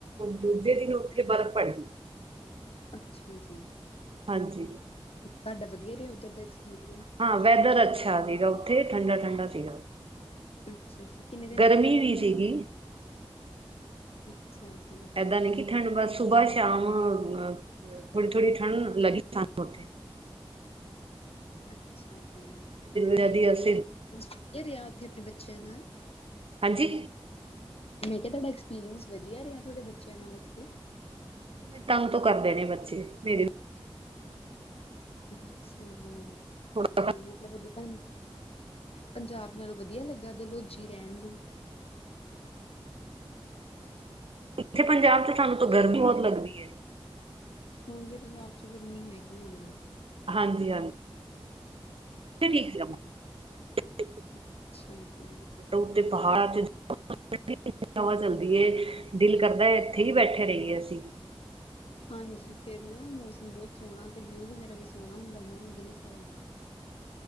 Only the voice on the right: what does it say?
ਦੂਜੇ ਦਿਨ ਉੱਥੇ ਬਰਫ਼ ਪੜੀ।
ਹਾਂਜੀ।
ਹਾਂ‌ ਵੈਦਰ ਅੱਛਾ ਸੀਗਾ ਉੱਥੇ ਠੰਡਾ-ਠੰਡਾ ਸੀਗਾ।
ਗਰਮੀ
ਵੀ
ਸੀਗੀ
ਪਦਾ ਨਹੀਂ, ਠੰਡ ਬਸ ਸੁਬਾਹ-ਸ਼ਾਮ ਅਅ ਥੋੜੀ-ਥੋੜੀ ਠੰਡ ਸਾਨੂੰ ਲਗਦੀ ਉਥੇ
ਜਦੀ
ਅਸੀਂ
ਹਾਂਜੀ
ਤੰਗ ਤੋਂ ਕਰਦੇ ਨੇ ਬੱਚੇ ਮੇਰੇ
ਥੋੜਾ <inaudible>
ਇੱਥੇ ਪੰਜਾਬ ਚ ਸਾਨੂੰ, ਤਾਂ ਗਰਮੀ ਬਹੁਤ ਲੱਗਦੀ ਹੈ।
ਹਾਂਜੀ- ਹਾਂਜੀ। ਠੀਕ <unintelligible>
ਉ ਤੇ ਪਹਾੜਾਂ ਚ <unintelligible> <inaudible> ਹਵਾ ਚੱਲਦੀ ਏ। ਦਿਲ ਕਰਦਾ ਇੱਥੇ ਹੀ, ਬੈਠੇ ਰਹੀਏ ਅਸੀਂ।